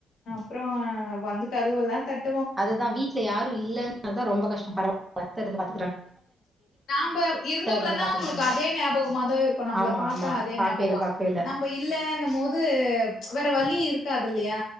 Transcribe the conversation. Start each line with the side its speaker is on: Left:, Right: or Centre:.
Left: அப்புறோ வந்து கதவெல்லா தட்
Right: அதுதா வீட்ல யாரு இல்லன்னாதா ரொம்ப கஷ்டம் பரவா <inaudible>
Left: நாம்ப இருந்தோம்லன்னா
Right: இருந்து பாத்துக்கிட்டாங்க
Left: அவுங்களுக்கு அதே ஞாபகமாதா இருக்கும் நம்மள
Right: ஆமா
Left: பாத்தா
Right: ஆமா
Left: அதே
Right: பாக்கைல
Left: ஞாபகோ
Right: பாக்கைல
Left: நம்ம இல்லேன்னும் போது து வேற வலி இருக்காத் து இல்லியா